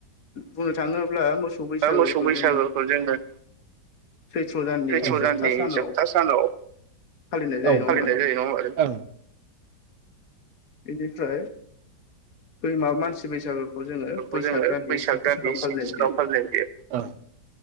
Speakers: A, on the left; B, on the right.
A: बुंनो थाङोब्ला मोसौ बैसागोखौ
B: बा मोसौ बैसागुखौ
A: जोङो
B: जोङो
A: सैथ्र' दाननि
B: सैथ्र'
A: जोबथा
B: दाननि
A: सानाव
B: जोबथा सानाव
A: फालिनाय जायो
B: औ
A: नङा
B: फालिनाय‌
A: होमबा
B: जायो नङा होमबा
A: बेनिफ्राय बै माबा मानसि बैसागु खौ जोङो
B: फोरखौ
A: बैसाग
B: जोङो
A: दाननि
B: बैसाग
A: सेथि
B: दाननि
A: सानाव
B: सेथि
A: फालिनो हायो
B: फालिनाय जायो।